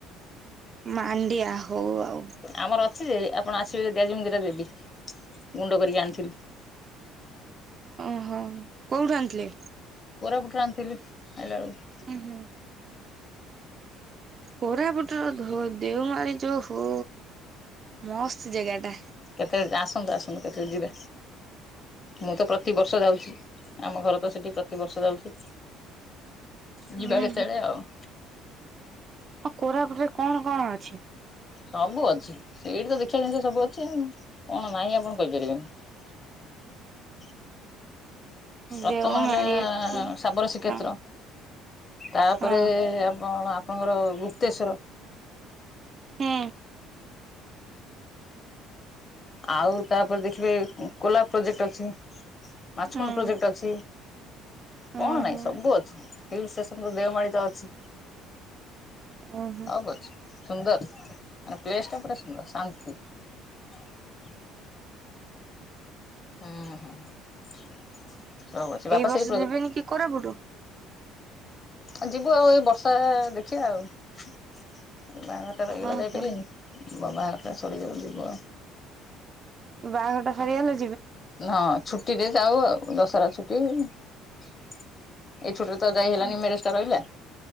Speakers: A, on the right (about 35°); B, on the left (about 30°).
A: ମାଣ୍ଡିିଆ ହଉ ଆଉ।
B: ଆମର ଅଛି ଯେ ଆପଣ ଆସିବେ ଯଦି ଆଜି ମୁଁ ଦିଟା ଦେବି ଗୁଣ୍ଡ କରିକି ଆଣିଥିଲି।
A: ଓହୋ କୋଉଠୁ ଆଣିଥିଲେ?
B: କୋରାପୁଟ ରୁ ଆଣିଥିଲି ଆଇଲାବେଳକୁ।
A: ଉଁ ହୁଁ କୋରାପୁଟର ଧୋ ଦେଓମାଳି ଯୋଉ ହୋ ମସ୍ତ ଜେଗା ଟା।
B: <unintelligible> ଆସନ୍ତୁ ଆସନ୍ତୁ କେତେବେଳେ ଯିବା ମୁଁ ତ ପ୍ରତିବର୍ଷ ଯାଉଛି ଆମ ଘର ତ ସେଠି ପ୍ରତିବର୍ଷ ଯାଉଛି।
A: ହୁଁ
B: ଯିବା କେତେବେଳେ ଆଉ?
A: ଆ କୋରାପୁଟରେ କଣ କଣ ଅଛି?
B: ସବୁ ଅଛି ସେଇଠି ତ ଦେଖିବା ଜିନିଷ ସବୁ ଅଛି କଣ ନାହିଁ ଆପଣ କହିପାରିବେନି। ପ୍ରଥମ
A: ଦେଓମାଳି
B: ହେଲା
A: ଅଛି
B: ଶାବର ଶ୍ରୀକ୍ଷେତ୍ର
A: ହଁ
B: ତାପରେ
A: ହଁ
B: ଆପଣ ଆପଣଙ୍କ ଗୁପ୍ତେଶ୍ୱର।
A: ହୁଁ
B: ଆଉ ତାପରେ ଦେଖିବେ କୋଲା ପ୍ରୋଜେକ୍ଟ ଅଛି। ମାଛ କୁଣ୍ଡ
A: ହୁଁ।
B: ପ୍ରୋଜେକ୍ଟ ଅଛି। କଣ
A: ଉଁ
B: ନାଇଁ
A: ହୁଁ
B: ସବୁ ଅଛି। <unintelligible> ଷ୍ଟେସନ ତ ଦେଓମାଳି ତ ଅଛି।
A: ଓ ହୋ।
B: ସବୁ ଅଛି ସୁନ୍ଦର । ପ୍ଲେସ୍ ଟା ପୁରା ସୁନ୍ଦର ଶାନ୍ତି। ହୁଁ ହୁଁ। ହଉ ଅଛି ବାପା
A: ଏଇ ବର୍ଷ
B: ସେଇ
A: ଯିବେନି କି କୋରାପୁଟ?
B: ଆଉ ଯିବୁ ଆଉ ଏଇ ବର୍ଷା ଦେଖିଆ ଆଉ। ବାହାଘର ଟା ରହିଗଲା
A: ଓହୋ
B: ଯାଇପାରିଲିନି <unintelligible> ସରିଯାଉ ଯିବ।
A: ବାହାଘରଟା ସରିଗଲା
B: ହଁ ଛୁଟି ରେ ଯାଉ ଆଉ। ଦଶହରା ଛୁଟି। ଏଇଛୁଟି ରେ ତ ଯାଇ ହେଲାନି
A: ଉଁ
B: ମ୍ୟାରେଜ ଟା ରହିଲା।